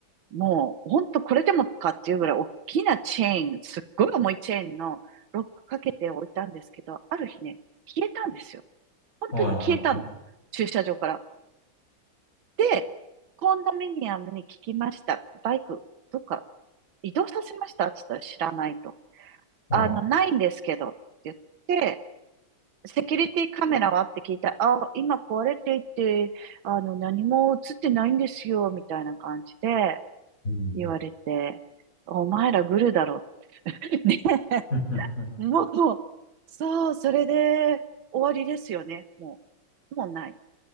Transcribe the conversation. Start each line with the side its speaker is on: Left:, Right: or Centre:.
Right: もう、ほんとこれでもかっていうぐらい大きなチェーン、すっごい重いチェーンのロックかけておいたんですけど、ある日ね、消えたんですよ。本当に消えたの。
Left: い。はい。はい。
Right: 駐車場から。で、コンドミニアムに聞きました。バイク、どっか移動させましたって言ったら知らないと。
Left: は
Right: あの、ないんですけどって言って、セキュリティカメラはって聞いたら、あ、今壊れていて、あの、何も映ってないんですよ、みたいな感じで
Left: い。うん。
Right: 言われて、お前らグルだろ。<laughs> ね。
Left: <laughs> うんうんふん
Right: もう、そう、それで終わりですよね。もう、もうない。